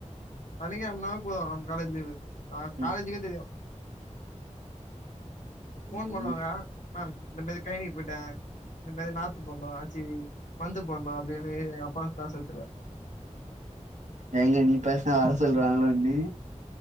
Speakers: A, on the left; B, on the right.
A: சனிகெழம்னா போது நம் காலேஜ் லீவு ஆ
B: ம்
A: காலேஜிகே தெரியு ஃபோன்
B: ம்
A: பண்ணுவாங்க மேம் இந்த மேரி ட்ரெயினிங் போய்ட்டே இந்த மாரி நாத்து போட்னு ஆச்சி மர்ந்து போட்னு அப்டினு எங்க அப்பா பேச வச்சிருவே
B: எங்க நீ பேஸ்னா வர சொல்ருவாங்களோனு